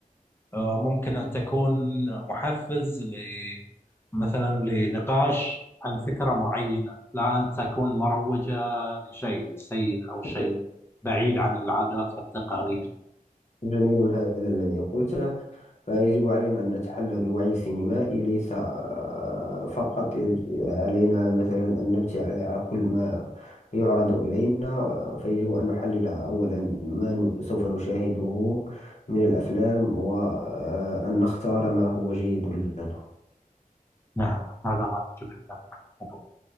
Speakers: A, on the left (about 15°); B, on the left (about 50°).
A: آه، ممكن أن تكون محفز ل مثلا لنقاش عن فكرة معينة لا أن تكون مروجة لشيء سيء أو شيء
B: ج-
A: بعيد عن العادات والتقاليد
B: جميل هذا الذي قلته فيجب علينا أن نتحلى بوعي سينمائي ليس آه، فقط يج- علينا مثلا أن نبتي على كل ما يعرض إلينا فيجب أن نحلل أولا ما ن- سوف نشاهده من الأفلام وأن نختار ما هو جيد لنا
A: نعم هذا ما يجب أن نفعله